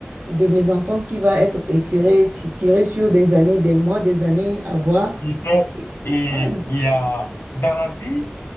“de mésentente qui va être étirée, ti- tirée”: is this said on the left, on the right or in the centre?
Right